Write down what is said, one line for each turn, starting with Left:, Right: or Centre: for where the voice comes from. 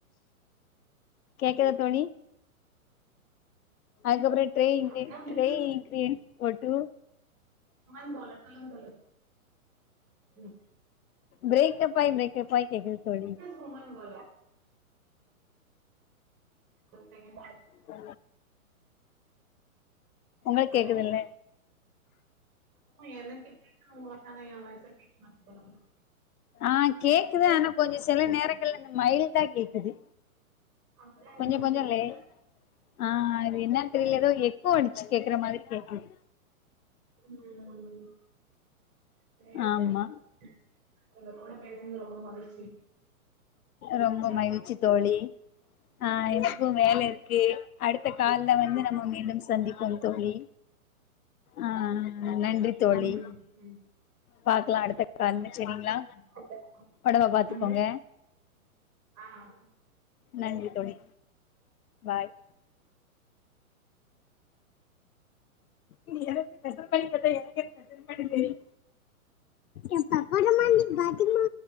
Left: கேக்குதா தோழி அதுக்கப்றோ ட்ரை இங்கி
Right: அப்படின்னா பிசினஸ்
Left: ட்ரை இங்கிரியன்ட் போட்டு
Right: <unintelligible> சொல்லுங் சொல்லுங்க ம்
Left: ப்ரேக்கப் ஆய் ப்ரேக்கப் ஆய் கேக்குது தோழி
Right: <unintelligible> மன் போல ஒரு சேகன்ட்ல
Left: ஆ ப்ப
Right: ஹலோ
Left: கேக்குதுல்ல
Right: ஆமா எனக்கு கேக்குது உங்க வாய்ஸு ஆனா எ வாய்ஸ்தா கேக்க மாட்து போல உங்ளுக்
Left: ஆ கேக்குது ஆனா கொஞ்சோ சில நேரங்கள்ல இந்த மைல்டா கேக்குது
Right: அதுதான்
Left: கொஞ்சோ
Right: என்னன்னு
Left: கொஞ்சோ
Right: தெரியல
Left: லே ஆ அது என்னன் தெரில எதோ எக் கோ அடிச்சு கேக்ற மாதிரி கேக்குது
Right: ம் சேரி
Left: ஆமா
Right: கொஞ் கொஞ் கேக் உங்க கூட பேஸ் னது ரொம்ப மகிழ்ச்சி
Left: ரொம்ப
Right: சரி
Left: மகிழ்ச்சி தோழி ஆ
Right: ம்
Left: எனக்கு வேல இர்க்கு அடுத்த கால்ல வந்து நம்ம மீண்டும் சந்திப்போம் தோழி ஆ நன்றி தோழி
Right: ம் ம்
Left: பாக்லா அடுத்த கால்ல செரிங்ளா
Right: <inaudible>
Left: ஒடம்ப பாத்துக்கோங்க
Right: ம் ஆ
Left: நன்றி தோழி பாய் நீ என்கிட்ட மெசர்மென்ட் கேட்டா எனக்கு என்ன மெசர்மென்ட்டு தெரியு எ பப்பரமா நீ பத்திமா